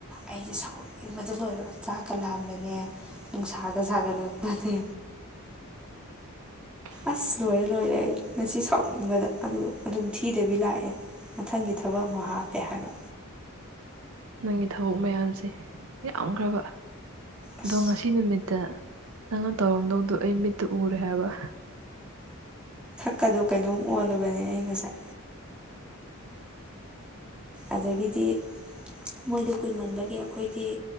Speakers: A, in the centre; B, on the right.
A: ꯑꯩꯁꯦ ꯁꯥꯎꯠ ꯏꯟꯕꯗ ꯂꯣꯏꯔꯕ ꯆꯥꯛꯀ ꯂꯛꯑꯝꯕꯅꯦ ꯅꯨꯡꯁꯥꯒ ꯁꯥꯒꯠꯂꯛꯄꯅꯦ
B: <inaudible>
A: ꯑꯁ ꯂꯣꯏꯔꯦ ꯂꯣꯏꯔꯦ ꯑꯩ ꯉꯁꯤ ꯁꯥꯎꯅꯤꯡꯕꯗ ꯑꯗꯨ ꯑꯗꯨꯝ ꯊꯤꯗꯕꯤ ꯂꯥꯛꯑꯦ ꯃꯊꯪꯒꯤ ꯊꯕꯛ ꯑꯃꯨꯛ ꯍꯥꯞꯄꯦ ꯍꯥꯏꯕ
B: ꯅꯪꯒꯤ ꯊꯕꯛ ꯃꯌꯥꯝꯁꯦ ꯌꯥꯝꯈ꯭ꯔꯕ ꯑꯗꯣ
A: ꯑꯁ
B: ꯉꯁꯤ ꯅꯨꯃꯤꯠꯇ ꯅꯪꯅ ꯇꯧꯔꯝꯗꯧꯗꯣ ꯑꯩ ꯃꯤꯠꯇ ꯎꯔꯦ ꯍꯥꯏꯕ
A: ꯀꯗꯣ ꯀꯩꯅꯣꯝ ꯑꯣꯜꯂꯒꯅꯦ ꯑꯩ ꯉꯁꯥꯏ ꯑꯗꯒꯤꯗꯤ ꯃꯣꯏꯗ ꯀꯨꯏꯃꯟꯕꯒꯤ ꯑꯩꯈꯣꯏꯗꯤ